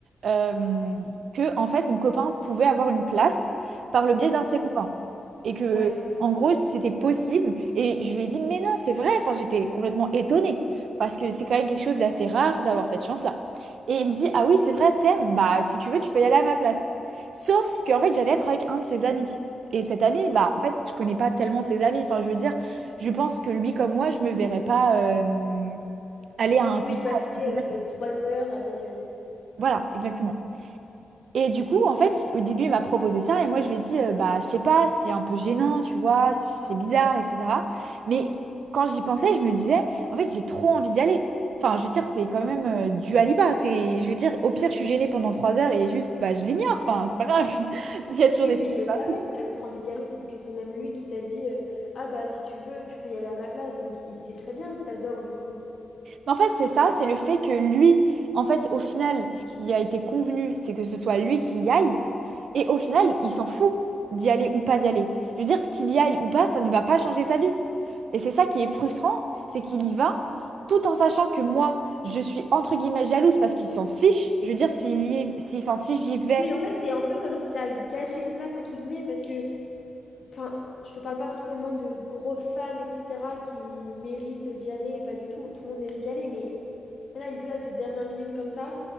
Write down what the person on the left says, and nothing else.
Ok.
Ouais.
Ok.
Oui,
il passait
euh, trois heures avec. euh,
Oui,
puis
il le savait que t'avais trop envie d'y aller, vu que c'est même lui qui t'a dit euh, Ah bah si tu veux, tu peux y aller à ma place. Donc il sait très bien que t'adores du coup.
Oui, en fait, c'est un peu comme si ça a gâché une place, entre guillemets, parce que, enfin, je te parle pas forcément de gros fans, etc., qui méritent d'y aller, pas du tout, tout le monde mérite d'y aller, mais Et là, une place de dernière minute comme ça,